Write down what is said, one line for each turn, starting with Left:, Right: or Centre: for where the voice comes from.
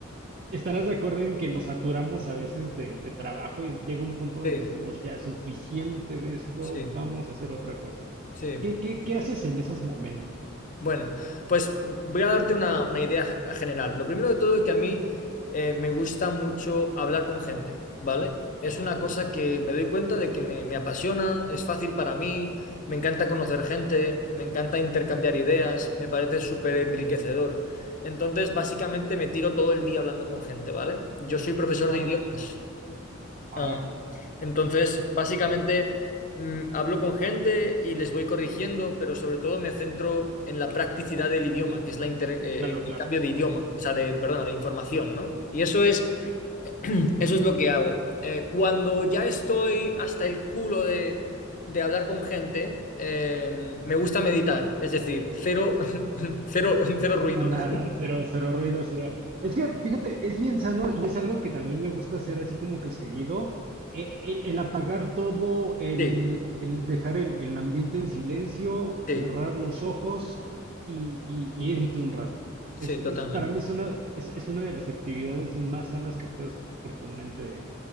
Right: estarás de acuerdo en que nos saturamos a veces de, de trabajo y llega un punto donde
Left: Sí,
Right: decimos, ya, suficiente de esto,
Left: sí.
Right: vamos a hacer otra cosa.
Left: Sí,
Right: ¿Qué, qué, qué haces en esos momentos?
Left: bueno, pues voy a darte una, una idea general. Lo primero de todo es que a mí eh, me gusta mucho hablar con gente, ¿vale? Es una cosa que me doy cuenta de que me, me apasiona, es fácil para mí, me encanta conocer gente, me encanta intercambiar ideas, me parece súper enriquecedor. Entonces, básicamente me tiro todo el día hablando con gente, ¿vale? Yo soy profesor
Right: Wow.
Left: de idiomas.
Right: Ajá,
Left: ah, Entonces, básicamente, mm, hablo con gente y les voy corrigiendo, pero sobre todo me centro en la practicidad del idioma, que es la inter- eh,
Right: claro,
Left: el intercambio
Right: claro.
Left: de idioma, o sea, de, perdona, de información, ¿no? Y eso es,
Right: Sí.
Left: <clears throat> eso es lo que hago. Eh, cuando ya estoy hasta el culo de, de hablar con gente, eh, me gusta meditar, es decir, cero, <laughs> cero, cero ruidos.
Right: Pero nada, cero, cero ruido, cero. Es que, fíjate, es bien sano y es algo que también me gusta hacer así como que seguido. eh, El, el apagar todo, el,
Left: Sí,
Right: el dejar el, el ambiente en silencio, cerrar
Left: sí,
Right: los ojos y, y- y irte un rato.
Left: sí,
Right: Es, es-
Left: totalmente,
Right: para mí es una, es, es una de las actividades más sanas que puedes hacer por tu mente